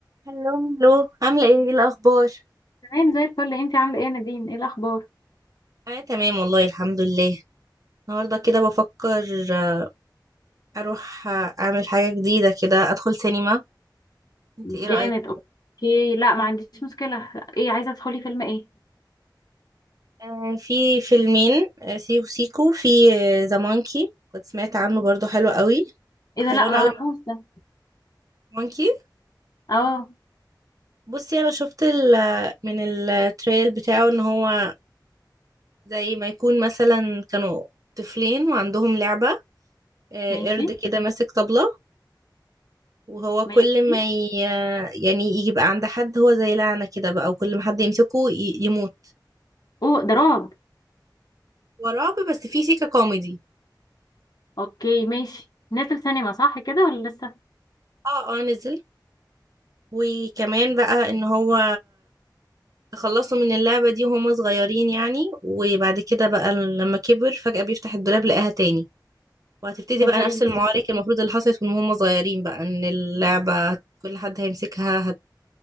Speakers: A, on the right; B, on the left.
A: هلو هلو عاملة ايه ايه الأخبار؟
B: تمام زي الفل انتي عامله ايه يا نادين ايه الاخبار
A: أنا تمام والله الحمد لله النهاردة كده بفكر آه، أروح آه، أعمل حاجة جديدة كده أدخل سينما انت
B: جامد
A: ايه رأيك؟
B: اوكي لا ما عنديش مشكله ايه عايزه تدخلي فيلم ايه
A: آه في فيلمين آه سيكو سيكو في آه، ذا مونكي كنت سمعت عنه برضو حلو قوي
B: ايه
A: حيرانة
B: ده لا ما اعرفوش
A: قوي
B: ده
A: من مونكي
B: اه
A: بصي أنا شفت ال من التريل بتاعه إن هو زي ما يكون مثلا كانوا طفلين وعندهم لعبة آه،
B: ماشي
A: قرد كده ماسك طبلة وهو كل
B: ماشي
A: ما ي... يعني يبقى عند حد هو زي لعنة كده بقى وكل ما حد يمسكه ي... يموت
B: اوه ده
A: بقى
B: رعب
A: هو رعب بس فيه سيكة كوميدي
B: اوكي ماشي نازل سينما صح كده ولا لسه
A: اه اه نزل وكمان بقى ان هو تخلصوا من اللعبة دي وهم صغيرين يعني وبعد كده بقى لما كبر فجأة بيفتح الدولاب لقاها تاني وهتبتدي
B: ما
A: بقى
B: تهزريش
A: نفس المعارك المفروض اللي حصلت من هم صغيرين بقى ان اللعبة كل حد هيمسكها هت...